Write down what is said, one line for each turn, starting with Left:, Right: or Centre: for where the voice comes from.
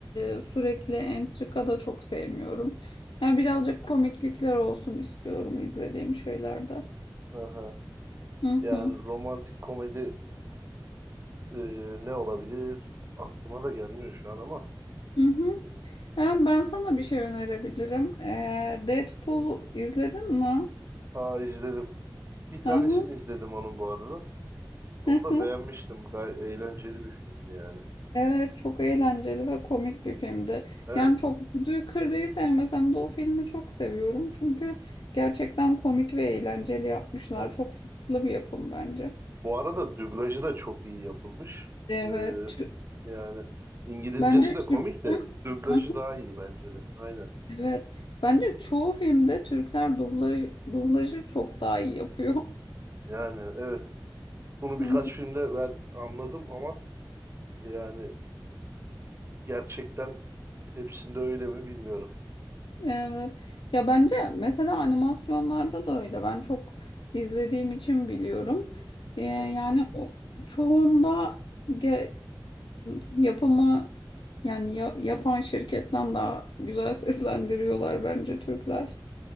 Left: e, sürekli entrika da çok sevmiyorum. Yani birazcık komiklikler olsun istiyorum izlediğim şeylerde.
Right: hı hı.
Left: Hı
Right: Yani
Left: hı.
Right: romantik komedi e, ne olabilir? Aklıma da gelmiyor şu an ama.
Left: Hı hı. Ben, ben sana bir şey önerebilirim. Ee, Deadpool izledin mi?
Right: Aa izledim. Bir tanesini
Left: Hı hı.
Right: izledim onun bu arada. Onu
Left: <laughs>
Right: da beğenmiştim. Gay eğlenceli bir filmdi yani.
Left: Evet çok eğlenceli ve komik bir filmdi.
Right: Evet,
Left: Yani çok Vurdu'yu Kırdı'yı sevmesem de o filmi çok seviyorum. Çünkü gerçekten komik ve eğlenceli yapmışlar.
Right: evet.
Left: Çok farklı bir yapım bence.
Right: Bu arada dublajı da çok iyi yapılmış.
Left: Evet.
Right: Ee,
Left: Tü-
Right: yani İngilizcesi
Left: Bence
Right: de komik
Left: Türkler
Right: de dublajı
Left: Hı, hı,
Right: daha iyi bence de. Aynen.
Left: Evet. Bence çoğu filmde Türkler dublaj, dublajı çok daha iyi yapıyor. <laughs>
Right: Yani evet. Bunu
Left: Hı.
Right: birkaç filmde ben anladım ama yani gerçekten hepsinde öyle mi bilmiyorum.
Left: Evet. Ya bence mesela animasyonlarda da öyle. Ben çok izlediğim için biliyorum. Ee, yani
Right: Aha.
Left: o çoğunda ge- e, yapımı yani ya- yapan şirketten daha güzel <laughs> seslendiriyorlar bence Türkler.